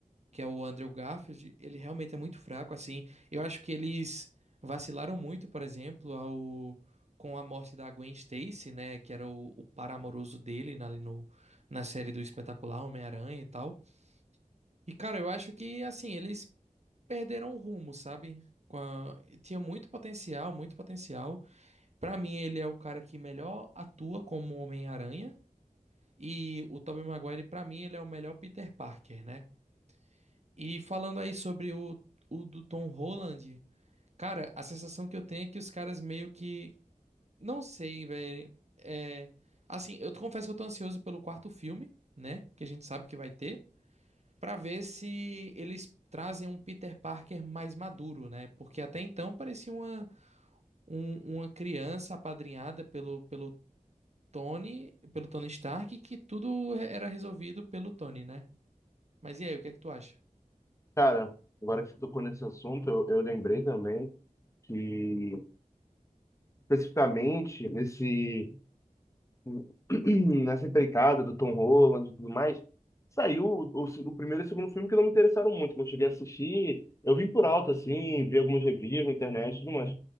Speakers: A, on the right; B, on the left.
A: que é o Andrew Garfield, ele realmente é muito fraco, assim. Eu acho que eles vacilaram muito, por exemplo, ao, com a morte da Gwen Stacy, né, que era o, o par amoroso dele na, ali no, na série do Espetacular Homem-Aranha e tal. E, cara, eu acho que, assim, eles perderam o rumo, sabe? Com a- Tinha muito potencial, muito potencial. Pra mim, ele é o cara que melhor atua como Homem-Aranha. E o Tobey Maguire, pra mim, ele é o melhor Peter Parker, né? E falando aí sobre o, o do Tom Holland, cara, a sensação que eu tenho é que os caras meio que. Não sei, velho. É. Assim, eu confesso que eu tô ansioso pelo quarto filme, né? Que a gente sabe que vai ter. Pra ver se eles trazem um Peter Parker mais maduro, né? Porque até então parecia uma, um- uma criança apadrinhada pelo, pelo Tony, pelo Tony Stark, que tudo era resolvido pelo Tony, né? Mas e aí, o que é que tu acha?
B: Cara, agora que você tocou nesse assunto, eu, eu lembrei também que, especificamente, nesse <clears throat> nessa empreitada do Tom Holland e tudo mais, saiu o, o- primeiro e o segundo filme que não me interessaram muito. Não cheguei a assistir. Eu vim por alto, assim, vi alguns reviews na internet e tudo mais.